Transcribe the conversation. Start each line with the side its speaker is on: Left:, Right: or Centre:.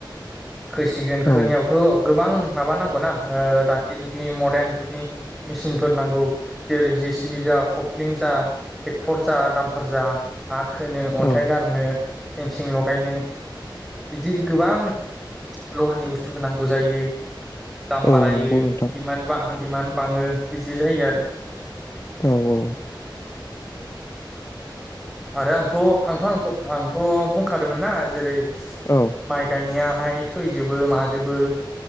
Centre: खोसिगोन खोनायावथ'
Left: औ
Centre: गोबां माबा नांगौना दानि जुगनि मडार्न जुगनि मेसिनफोर नांगौ जेरै जे सि <unintelligible> खखलिं जा ट्रेक्टर जा दामफार जा हा खोनो अन्थाइ
Left: औ
Centre: गारनो। पेनसिं लगायनो बिदि गोबां लहानि बुस्थुबो नांगौ जायो। दाम बारायो
Left: औ नंगौ नोंथां
Centre: दिडमान्ड ब दिडिमान्ड बाङो। बिजि जायो आरो।
Left: औ औ
Centre: आरो आंथ' आंथ-' आंथ' -आंथ' बुंखादोंमोनना जेरै
Left: औ
Centre: माइ गायनिया <unintelligible> थैजोबो माजोबो।